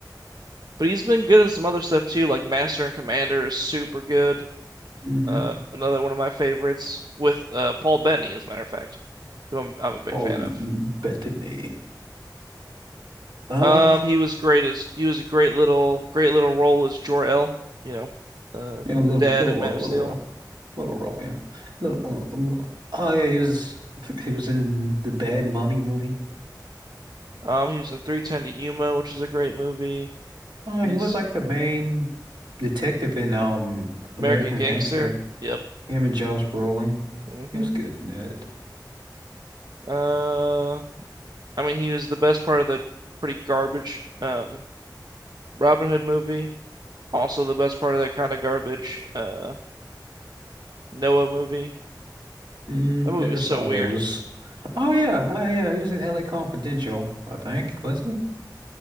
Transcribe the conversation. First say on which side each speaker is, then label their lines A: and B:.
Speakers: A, on the right; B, on the right.
A: but he's been good in some other stuff too, like Master and Commander is super good.
B: Mm-hmm.
A: Uh, another one of my favorites with uh, Paul Bettany, as a matter of fact, who I'm, I'm a big
B: Paul
A: fan of.
B: Bettany. Uh,
A: Um, he was great as he was a great little great little role as Jor-El, you know, uh,
B: yeah, a little,
A: the dad
B: little
A: at
B: role,
A: Man of
B: little
A: Steel.
B: role, little role, yeah, little. uh, uh, little- Oh yeah, he was, he was in the Bad Mummy movie.
A: Um, he was in 310 to Yuma, which is a great movie.
B: Oh,
A: He's
B: he was like the main detective in um
A: American
B: American
A: Gangster.
B: Gangster.
A: Yep.
B: Him and Josh Brolin.
A: hmm
B: He was good in that.
A: Uh, I mean, he was the best part of the pretty garbage um Robin Hood movie. Also, the best part of that kind of garbage uh Noah movie.
B: Mm,
A: That movie
B: never
A: was so
B: saw
A: weird.
B: those. Oh yeah, oh yeah, he was in LA Confidential, I think. Was he?